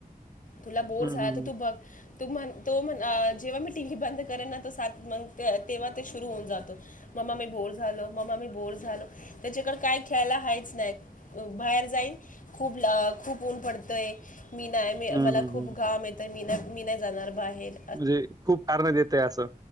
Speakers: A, on the left (about 60°); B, on the right (about 25°).
A: तुला बोर
B: हं
A: झाला
B: हं
A: तर
B: हं.
A: तू बघ तू म्हण तू म्हणा अं जेव्हा मी टीव्ही बंद कारण ना तो सात नंतर <inaudible> तेव्हा ते सुरू होऊन जातो. मम्मा मी बोर झालो, मम्मा मी बोर झालो त्याच्याकडे काय खेळायला हायच नाय. व बाहेर जाईल खूप लं खूप ऊन पडतय, मी नाय मी
B: हं
A: मला
B: हं
A: खूप
B: हं.
A: घाम ये तर मी नाय मी नाय जाणार बाहेर
B: म्हजे खूप कारण देतयं असं.